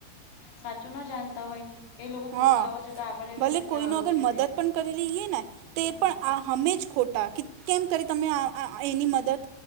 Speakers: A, on the left; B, on the right.
A: સાચું ના જાણતા હોય એ લોકો
B: હા
A: ખોટો હાવો છતાં આપણને એવું
B: ભલે
A: કેશે
B: કોઈ
A: કે આવું
B: ન અગર
A: છે
B: મદદ
A: તે
B: પણ કરી લઈએ ને તો
A: હમ
B: એ પણ આ હમે જ ખોટા કે <unintelligible> કેમ કરી તમે એની મદદ